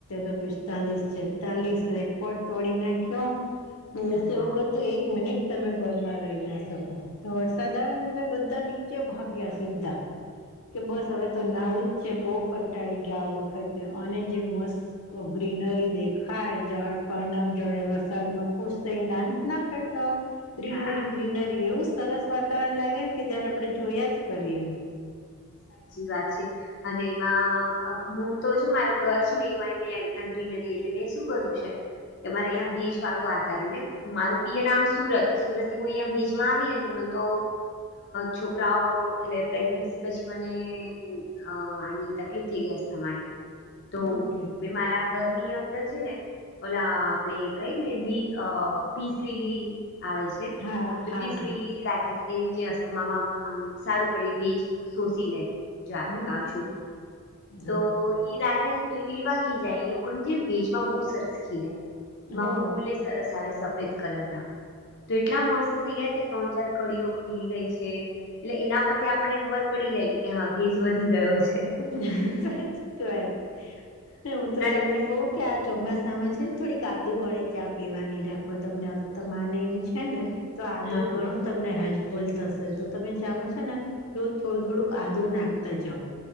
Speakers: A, on the left; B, on the left.
A: તો પિસ્તાલીસ છેતાલીસ રેકોર્ડ તોડી નાખ્યો. એસી
B: હા
A: વગર તો એક મિનિટ તમે ઘરમાં રહી ના શકો તો વરસાદ આવે બધા નીચે ભાગ્યા સીધા કે બસ હવે તો નાવું જ છે બહુ કંટાળી ગયા આ વખતે અને જે મસ્ત ગ્રીનરી દેખાય જળ પાન વરસાદ ન ખુશ થઈ ડાન્સ ના કરતા હોય ગ્રીનરી
B: હા
A: ગ્રીનરી એવું સરસ વાતાવરણ લાગે કે જયારે આપડણે જોયા જ કરીએ.
B: સાચી વાત છે. અને એમાં હું તો છે મારા ઘર છે ને એમાં મે આવી રીતનું ગ્રીનરી એટલે મે શું કર્યું છે કે મારે અહિ ભેજ વાળું વાતાવરણ ને મારું પિયર આમ સુરત સુરત થી હું અહિ ભેજ માં આવી ને ત મને તો છોકરાઓ એટલે પ્રેગ પછી મને અ આની તકલીફ થઈ ગઈ અસ્થમા ની તો
A: ઓકે
B: મે મારા ઘરની અંદર છે ને ઓલા આપડે કઈ ને લ પીસ લીલી આવે છે
A: હા
B: તો
A: હા
B: પીસ લલી રાખે તે જે અસ્થામામાં સારું પડી ભેજ શોષી લે જ
A: ઓકે
B: છોડ
A: હા
B: તો ઈ રાજ ને તો એવા ખીલ જાય એ લોકોને જેને ભેજમાં બહુ સરસ ખીલ એમાં
A: હો
B: ફૂલ-' સરસ આવે સફેદ કલર ના તો એટલા મસ્ત થઈ ગયા ત્રણ ચાર કડીઓ ખીલી ગઈ છે એટલે એના પરથી આપણને ખબર પડી જાય કે કે હા ભેજ વધી ગયો છે.
A: હ સાચ વાત હું તો
B: અને
A: તમને કઉ કે આ ચોમાસામાં છે ને થોડી આદુ વાળી ચા પીવાની રાખો તમને અસ્થમા ને એમ છે ને તો આદું
B: હા હા
A: ઘણું તમને હેલ્પફુલ થશે તો તમે ચા છે ને રોજ થોડું
B: હમ.
A: થોડું આ આદુ નાખતા જાવ